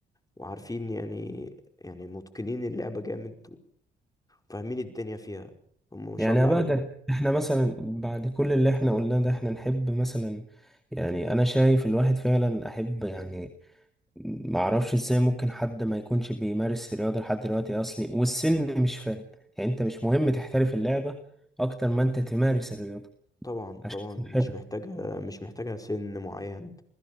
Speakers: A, on the left; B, in the centre.
A: وعارفين يعني يعني متقنين اللعبة جامد وفاهمين الدنيا فيها هم ما شاء
B: يعني
A: الله
B: يا بهجت
A: عليهم
B: احنا مثلا بعد كل اللي احنا قلناه ده احنا نحب مثلا يعني أنا شايف الواحد فعلا أحب يعني معرفش ازاي ممكن حد ما يكونش بيمارس الرياضة لحد دلوقتي اصلي والسن مش فارق يعني انت مش مهم تحترف اللعبة اكتر ما انت تمارس الرياضة
A: طبعا
B: عشان
A: طبعا
B: صحتك
A: مش محتاجة مش محتاجة سن معين